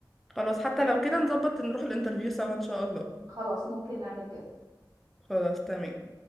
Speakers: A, in the centre; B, on the right (about 55°).
A: خلاص حتى لو كده نظبط نروح الانترفيو سوا ان شاء الله
B: خلاص ممكن نعمل كده
A: خلاص تمام